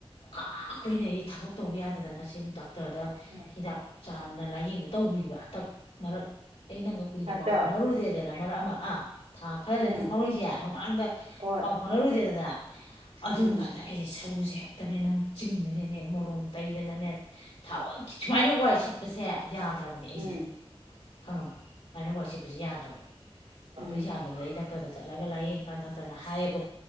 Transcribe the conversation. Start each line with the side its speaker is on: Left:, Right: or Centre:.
Left: ꯀꯥ ꯀꯨꯏꯅꯩ ꯑꯩꯁꯦ ꯊꯕꯛ ꯇꯧꯕ ꯌꯥꯗꯗꯅ ꯁꯦꯝꯗ ꯗꯥꯛꯇꯗ
Right: ꯎꯝ
Left: ꯍꯤꯗꯥꯛ ꯆꯥꯅ ꯂꯥꯏꯌꯦꯡꯗ ꯇꯧꯕꯕ ꯍꯟꯇꯛ ꯃꯔꯛ ꯑꯩ ꯅꯪꯒ ꯀꯨꯏꯅ
Right: ꯍꯟꯇꯣ
Left: ꯄꯥꯎ ꯐꯥꯎꯅꯔꯨꯗꯦꯗꯅ ꯃꯔꯛ ꯑꯃ ꯑꯥ ꯊꯥ ꯈꯔꯗꯅꯤ
Right: ꯎꯝ
Left: ꯐꯥꯎꯅꯔꯤꯁꯦ ꯃꯃꯥꯡꯗ
Right: ꯍꯣꯏ
Left: ꯄꯥꯎ ꯐꯥꯎꯅꯔꯨꯗꯦꯗꯗꯅ ꯑꯗꯨꯝ
Right: ꯎꯝ
Left: ꯀꯥꯟꯗ ꯑꯩꯁꯦ ꯁꯔꯨꯁꯦ ꯍꯦꯛꯇꯅꯦ ꯅꯪ ꯆꯤꯡꯗꯅꯅꯦ ꯃꯣꯂꯣꯝ ꯇꯩꯗꯅꯅꯦ ꯊꯕꯛ ꯁꯨꯃꯥꯏꯅ ꯋꯥꯏ ꯁꯤꯠꯄꯁꯦ ꯌꯥꯗ꯭ꯔꯕꯅꯦ ꯑꯩꯁꯦ
Right: ꯎꯝ
Left: ꯈꯪꯉꯕ ꯁꯨꯃꯥꯏꯅ ꯋꯥꯏ ꯁꯤꯠꯄꯁꯨ ꯌꯥꯗ꯭ꯔꯕ
Right: ꯎꯝ
Left: ꯑꯗꯨ ꯌꯥꯗꯕꯗ ꯑꯩ ꯗꯥꯛꯇꯔꯗ ꯆꯠꯂꯒ ꯂꯥꯏꯌꯦꯡꯀꯥꯟꯗ ꯗꯥꯛꯇꯔꯅ ꯍꯥꯏꯌꯦꯕ